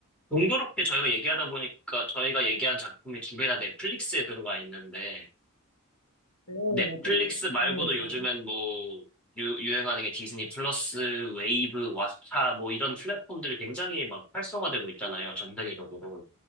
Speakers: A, in the centre; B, on the left.
A: 동교롭게 저희가 얘기하다 보니까 저희가 얘기한 작품이 두 개 다 넷플릭스에 들어가 있는데,
B: 네,
A: 넷플릭스
B: 맞아요.
A: 말고도
B: 너무 좋아요.
A: 요즘엔 뭐, 유, 유행하는 게 디즈니 플러스, 웨이브, 왓챠, 뭐 이런 플랫폼들이 굉장히 막 활성화되고 있잖아요, 전 세계적으로.